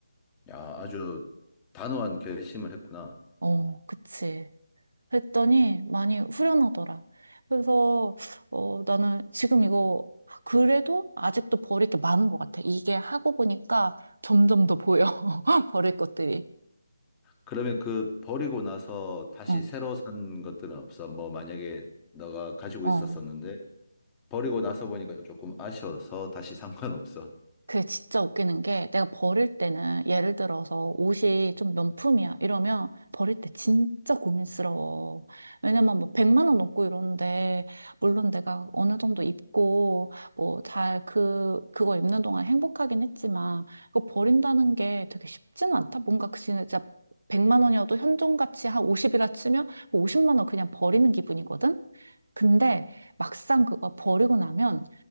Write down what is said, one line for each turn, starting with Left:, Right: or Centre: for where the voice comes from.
Left: 야, 아주 단호한 결심을 했구나.
Right: 어 그치. 그랬더니 많이 후련하더라. 그래서 어 나는 지금 이거 그래도 아직도 버릴 게 많은 것 같아. 이게 하고 보니까 점점 더 보여. <laughs> 버릴 것들이.
Left: 그러면 그 버리고 나서 다시
Right: 어
Left: 새로 산 것들은 없어? 뭐 만약에 너가 가지고
Right: 어.
Left: 있었었는데 버리고 나서 보니까 조금 아쉬워서 다시 산 건 없어.
Right: 그게 진짜 웃기는 게 내가 버릴 때는 예를 들어서 옷이 좀 명품이야 이러면 버릴 때 진짜 고민스러워. 왜냐면 뭐 100만 원 넘고 이러는데 물론 내가 어느 정도 입고 뭐 잘 그 그거 입는 동안 행복하긴 했지만 그거 버린다는 게 되게 쉽지는 않다. 뭔가 그 진짜 100만 원이어도 현존가치 한 50이라 치면 50만 원 그냥 버리는 기분이거든. 근데 막상 그거 버리고 나면